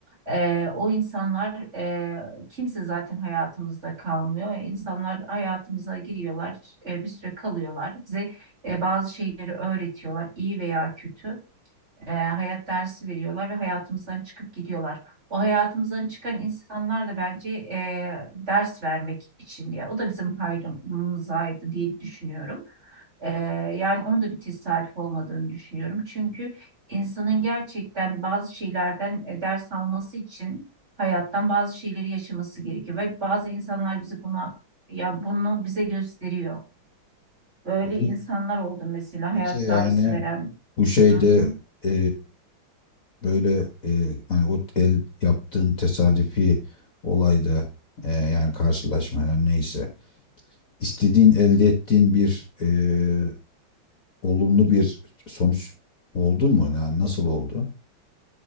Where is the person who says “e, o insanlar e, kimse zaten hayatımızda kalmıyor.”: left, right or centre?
Right